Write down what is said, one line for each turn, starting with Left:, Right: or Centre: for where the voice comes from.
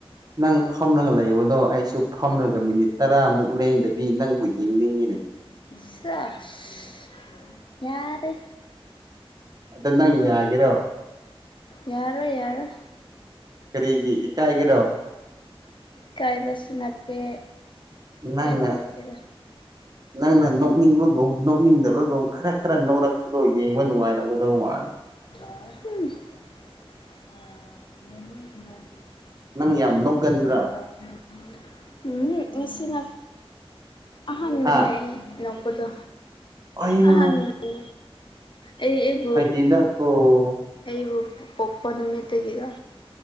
Right: ꯅꯪ ꯐꯝꯂꯒ ꯂꯩꯕꯗꯣ ꯑꯩꯁꯨ ꯐꯝꯂꯒ ꯃꯤꯅꯤꯠ ꯇꯔꯥꯃꯨꯛ ꯂꯦꯡꯗꯕꯤ ꯅꯪꯕꯨ ꯌꯦꯡꯅꯤꯡꯉꯤꯅꯦ
Left: ꯆꯦꯁ ꯌꯥꯔꯦ
Right: ꯑꯗꯨ ꯅꯪ ꯌꯥꯒꯦꯔꯣ
Left: ꯌꯥꯔꯣꯏ ꯌꯥꯔꯣꯏ
Right: ꯀꯔꯤꯒꯤ ꯏꯀꯥꯏꯒꯦꯔꯣ
Left: ꯀꯥꯏꯕꯁꯨ ꯅꯠꯇꯦ
Right: ꯅꯪꯅ
Left: ꯏꯀꯥꯏꯕ ꯅꯠꯇꯦꯗ
Right: ꯅꯪꯅ ꯅꯣꯛꯅꯤꯡꯕꯒꯨꯝ ꯅꯣꯛꯅꯤꯡꯗꯕ ꯕꯒꯨꯝ ꯈꯔ ꯈꯔ ꯅꫭꯔꯛꯄꯗꯣ ꯌꯦꯡꯕ ꯅꯨꯡꯉꯥꯏꯔꯝꯒꯗꯧ ꯃꯥꯜꯂꯦ
Left: ꯍꯝ ꯃꯃꯤ ꯃꯖꯁꯤ <unintelligible>
Right: ꯅꯪ ꯌꯥꯝ ꯅꫭꯛꯒꯟꯕ꯭ꯔꯥ
Left: ꯎ ꯎꯝ <unintelligible> ꯎꯝ ꯉꯁꯤꯅ ꯑꯍꯥꯟꯕꯅꯦ
Right: ꯍꯥ
Left: ꯑꯩꯅꯣꯛꯄꯗꯣ
Right: ꯑꯩꯃꯥ
Left: ꯑꯍꯥꯟꯕꯅꯦ ꯑꯩ ꯑꯩꯕꯨ
Right: ꯏꯅꯈꫭ
Left: ꯑꯩꯕꯨ ꯄꯣꯛꯄ ꯅꯨꯃꯤꯠꯇꯒꯤꯒ